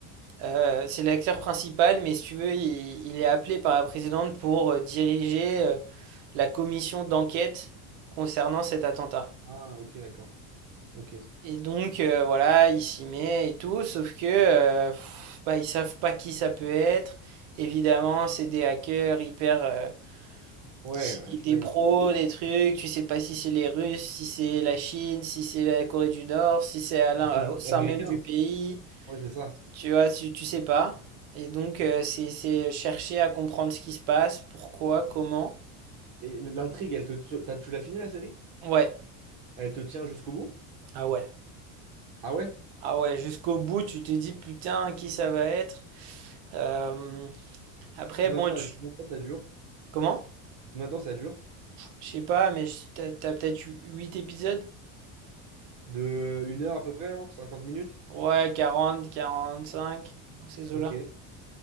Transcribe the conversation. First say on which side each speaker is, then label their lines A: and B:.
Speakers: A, on the right; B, on the right.
A: Euh, c'est l'acteur principal, mais si tu veux, il, il est appelé par la présidente pour euh, diriger euh, la commission d'enquête concernant cet attentat.
B: Ah, ok, d'accord. Ok.
A: Et donc, euh, voilà, il s'y met et tout, sauf que euh, pff, bah, ils savent pas qui ça peut être. Évidemment, c'est des hackers hyper, euh,
B: Ouais,
A: qui-
B: ouais, je
A: des
B: me-
A: pros, des trucs, tu sais pas si c'est les Russes, si c'est la Chine, si c'est la Corée du Nord, si c'est à l'in-
B: puis c'est juste
A: au sein
B: américain.
A: même du pays,
B: Ouais, c'est ça.
A: tu vois, tu, tu sais pas. Et donc, euh, c'est, c'est chercher à comprendre ce qui se passe, pourquoi, comment.
B: Et l'intrigue, elle te, tu t'as- tu l'as fini la série?
A: Ouais,
B: Elle te tient jusqu'au bout?
A: ah ouais,
B: Ah ouais?
A: ah ouais, jusqu'au bout, tu te dis putain, qui ça va être. Euh, après,
B: Combien
A: bon,
B: de temps,
A: tu...
B: combien de temps ça dure?
A: Comment?
B: Combien de temps ça dure?
A: Je sais pas, mais je- t'as, t'as peut-être 8 épisodes?
B: De une heure à peu près, hein, 50 minutes?
A: Ouais, 40 45, dans ces
B: Ok.
A: eaux